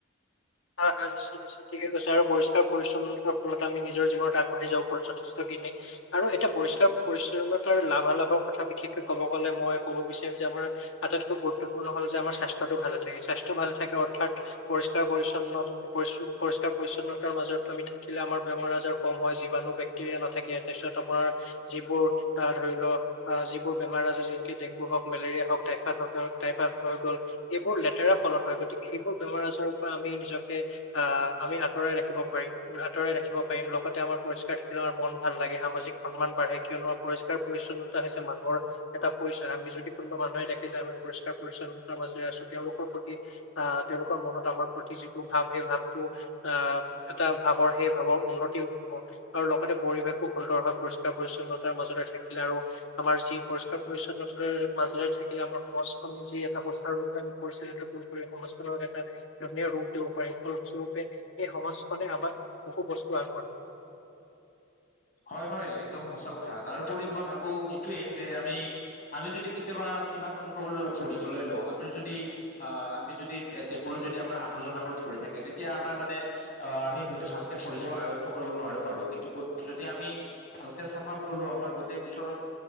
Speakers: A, on the left (about 70°); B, on the left (about 40°).
A: আঁহ নিশ্চয়, নিশ্চয় ঠিকে কৈছে। আৰু পৰিষ্কাৰ- পৰিচ্ছন্নতাৰ ফলত আমি নিজৰ জীৱনত আগবাঢ়ি যাব পাৰো। যথেষ্ট দিনে আৰু এতিয়া পৰিষ্কাৰ- পৰিচ্ছন্নতাৰ লাভা-লাভৰ কথা বিশেষকৈ কব গ'লে, মই ক'ব বিচাৰিম। যে আমাৰ আটাইতকৈ গুৰুত্বপূৰ্ণ হ'ল যে আমাৰ স্বাস্থ্যটো ভালে থাকে, স্বাস্থ্য ভালে থাকে। অৰ্থাৎ- পৰিষ্কাৰ- পৰিচ্ছন্নতাৰ- উন্নত পৰিছ তিতিলৈ- পৰিষ্কাৰ- পৰিচ্ছন্নতাৰ মাজতো আমি থাকিলে, আমাৰ বেমাৰ- আজাৰ কম হয়, জিবাণু, বেক্টেৰিয়া নাথাকে। তাৰপিছত আপোনাৰ যিবোৰ আঁহ ধৰি লোৱা, আঁহ যিবোৰ বেমাৰ- আজাৰ যেনেকে 'ডেংগু' হওঁক, মেলেৰিয়া হওঁক, টাইফাইড হওঁক, টাইফাইড হৈ গ'ল। এইবোৰ লেতেৰা- ফলত হয়। গতিকে এইবোৰ বেমাৰ- আজাৰ'ৰ পৰা আমি- আঁহ আমি আঁতৰাই ৰাখিব পাৰিম, আঁতৰাই ৰাখিব পাৰিম। লগতে আমাৰ পৰিষ্কাৰ থাকিলে আমাৰ মন ভাল লাগে, সামাজিক সন্মান বাঢ়ে। কিয়নো পৰিষ্কাৰ- পৰিচ্ছন্নতা হৈছে মানুহৰ এটা পৰিচয়। আমি যদি কোনোবা মানুহে দেখিছে যে আমি পৰিষ্কাৰ- পৰিচ্ছন্নতাৰ মাজেৰে আছো। তেওঁলোকৰ প্ৰতি আঁহ তেওঁলোকৰ মনত আমাৰ প্ৰতি যি- ভাৱ, সেই ভাৱটো আঁহ এটা ভাৱৰ, সেই ভাৱৰ উন্নতি হওঁক আৰু লগতে পৰিৱেশো সুন্দৰ হয়। পৰিষ্কাৰ- পৰিচ্ছন্নতাৰ মাজৰে থাকিলে, আৰু আমাৰ যি পৰিষ্কাৰ- পৰি্ছন্নতাৰ মাজেৰে থাকিলে। আমাৰ সমাজখন যি এটা সুচাৰু ৰূপে আমি পৰিচালি'ত কৰিব পাৰি। সমাজখনক এটা ধুনীয়া ৰূপ- পে পাৰি। ফলস্বৰূপে এই সমাজখনে আমাক বহু বস্তু আগবঢ়ায়-
B: হয়, হয় একদম সঁচা কথা। তাৰপৰি মই ভাবো এইটোয়েই যে' আমি, আমি যদি কেতিয়াবা কিবা কাম কৰিবলৈ লওঁ, পঢ়িবলৈ লওঁ, আমি যদি আঁহ আমি যদি, টেবুলত যদি আমাৰ আৱৰ্জনাবোৰ ভৰি থাকে। তেতিয়া আমাৰ মানে, আমি হয়তো ভালকে পঢ়িব আয়ত্ব কৰিব নোৱাৰিব পাৰো। কিন্তু- যদি আমি ভালকৈ চাফা কৰি লওঁ, আমাৰ গোটেই ওচৰৰ,